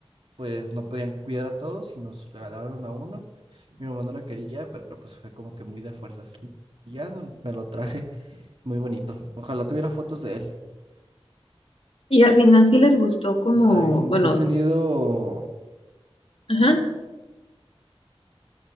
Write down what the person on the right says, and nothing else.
pues no podían cuidar a todos y nos regalaron a uno. Mi mamá no lo quería, pero pues fue como que muy de fuerzas. Y y ya no- me lo traje, muy bonito. Ojalá tuviera fotos de él.
Está bien.
bueno. ¿Tú has tenido